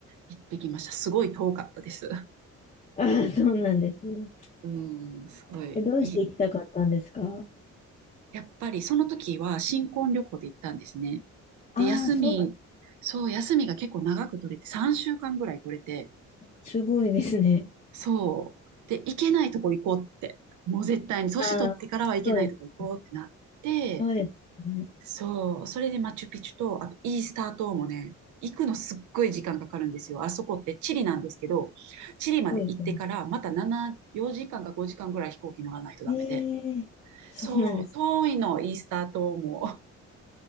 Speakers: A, on the right; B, on the left.
A: 行ってきました。すごい遠かったです。
B: ああ、そうなんですね。
A: うん、すごい。
B: え、どうして行きたかったんですか
A: い、やっぱりその時は新婚旅行で行ったんですね。
B: ああ、
A: で、休み、
B: そうなん、
A: そう、休みが結構長く取れて、3週間ぐらい取れて、
B: すごいですね。
A: そう。で、行けないとこ行こうって。もう絶対に、年取ってからは行けないとこ行こうってなって、
B: ああ、そうです。そうですね。
A: そう。それでマチュピチュと、あとイースター島もね、行くのすっごい時間かかるんですよ。あそこってチリなんですけど、チリまで行ってからまた7、
B: そうですね。
A: 4時間か5時間ぐらい飛行機乗らないとダメで。
B: ええそうなんです。
A: そう、遠いの、イースター島も。